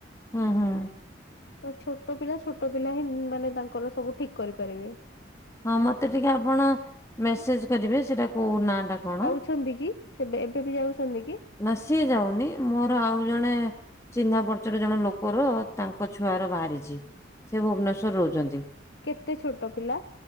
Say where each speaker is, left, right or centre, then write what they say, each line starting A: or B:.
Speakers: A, on the left; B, on the left.
A: ହୁଁ ହୁଁ।
B: ତ ଛୋଟ ପିଲା ଛୋଟ ପିଲା ହିଁ ମାନେ ତାଙ୍କର ସବୁ ଠିକ କରିପାରିବେ।
A: ହଁ ମତେ ଟିକେ ଆପଣ ମେସେଜ କରିବେ ସେଟା କୋଉ ନାଁ ଟା କଣ।
B: ଅଛନ୍ତି କି ସେବେ ଏବେ ବି ଯାଉଚନ୍ତି କି?
A: ନା ସିଏ ଯାଉନି ମୋର ଆଉ ଜଣେ ଚିହ୍ନା ପର୍ଚରେ ଜଣେ ଲୋକର ତାଙ୍କ ଛୁଆର ବାହାରିଚି ସେ ଭୁବନେଶ ରହୁଛନ୍ତି।
B: କେତେ ଛୋଟ ପିଲା?